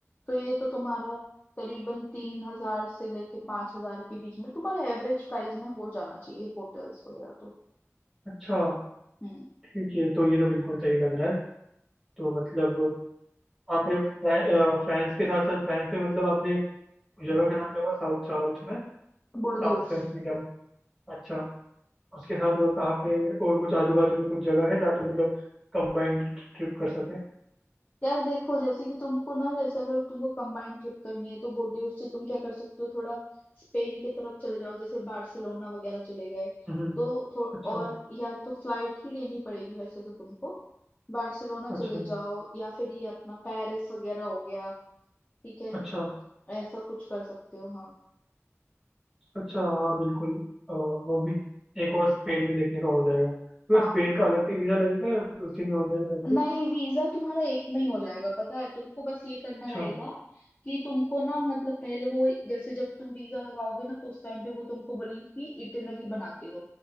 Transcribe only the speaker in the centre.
अच्छा
ठीक है तो ये तो बिल्कुल सही लग रहा है तो मतलब आपने फ्रा- अ, फ्रांस के साथ साथ फ्रांस में मतलब आपने उस जगह का नाम क्या बोला साउथ साउथ में साउथ
फ्रांस में क्या बोला अच्छा उसके साथ और कहाँ पे और कुछ आजू बाजू में कुछ जगह है जहाँ पे मतलब कंबाइंड ट्रिप कर सके
हम्म
अच्छा
अच्छा
अच्छा
अच्छा हाँ बिल्कुल अ, वो भी एक और स्पेन भी देखने का हो जाएगा तो
क्या स्पेन का अलग से वीज़ा लगेगा या फिर उसी में हो जाएगा सब कुछ
अच्छा